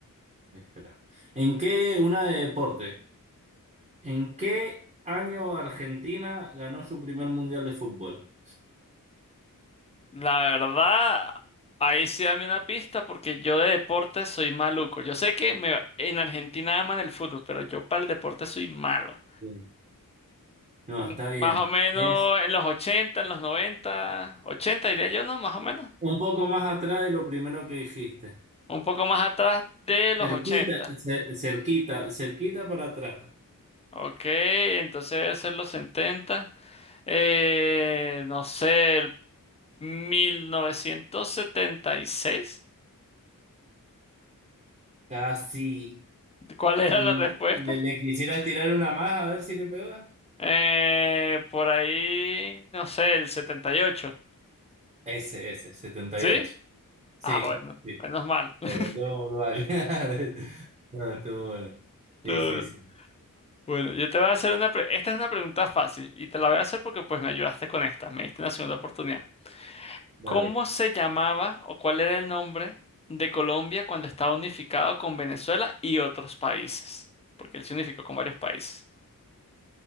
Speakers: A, on the right; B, on the left.
A: espera. ¿En qué, una de deporte, ¿en qué año Argentina ganó su primer mundial de fútbol?
B: La verdad, ahí sí dame una pista porque yo de deporte soy maluco. Yo sé que me- en Argentina aman el fútbol, pero yo para el deporte soy malo.
A: Sí. No,
B: Un-
A: está bien.
B: Más o menos
A: Es
B: en los ochenta, en los noventa, ochenta diría yo, ¿no? Más o menos.
A: un poco más atrás de lo primero que dijiste.
B: Un poco más atrás de los
A: Cerquita,
B: 80.
A: cer- cerquita, cerquita para atrás.
B: Ok, entonces debe ser los 70. Eh, no sé, el 1976.
A: Casi.
B: ¿Cuál era
A: ¿Le,
B: la respuesta?
A: le- le quisieras tirar una más a ver si le pega?
B: Eh, por ahí, no sé, el 78,
A: Ese, ese, setenta
B: ¿Sí?
A: y ocho Sí,
B: Ah, bueno,
A: sí.
B: menos mal. <laughs>
A: Le contó un <laughs> No, estuvo bueno.
B: Todo
A: Sí, sí,
B: bien.
A: sí.
B: Bueno, yo te voy a hacer una... pre- Esta es una pregunta fácil y te la voy a hacer porque pues me ayudaste con esta, me diste una segunda oportunidad.
A: Dale.
B: ¿Cómo se llamaba o cuál era el nombre de Colombia cuando estaba unificado con Venezuela y otros países? Porque él se unificó con varios países.